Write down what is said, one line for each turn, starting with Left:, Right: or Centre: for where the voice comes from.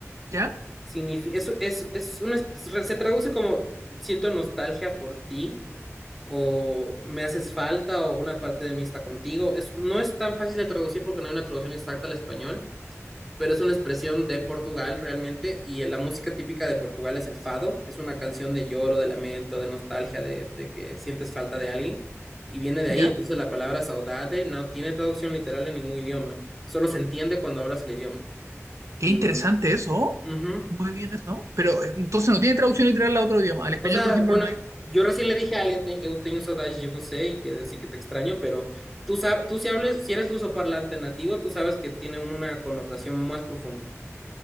Right: ¿Ya?
Centre: Significa, es, es, es una esp- se traduce como siento nostalgia por ti o me haces falta o una parte de mí está contigo. Es, no es tan fácil de traducir porque no hay una traducción exacta al español pero es una expresión de Portugal realmente, y la música típica de Portugal es el fado, que es una canción de lloro, de lamento, de nostalgia, de, de que sientes falta de alguien, y viene de
Right: ¿Ya?
Centre: ahí, entonces la palabra saudade no tiene traducción literal en ningún idioma, solo se entiende cuando hablas el idioma.
Right: Qué
Centre: Y,
Right: interesante eso.
Centre: ujú.
Right: Muy bien eso. Pero eh, entonces no tiene traducción literal a otro idioma. Al español,
Centre: O sea,
Right: por ejemplo,
Centre: bueno,
Right: no hay.
Centre: yo recién le dije a alguien, te, eu tenho saudades de você, y quiere decir que te extraño, pero tú, sab- tú si hables, si eres lusoparlante nativo, tú sabes que tiene una connotación más profunda.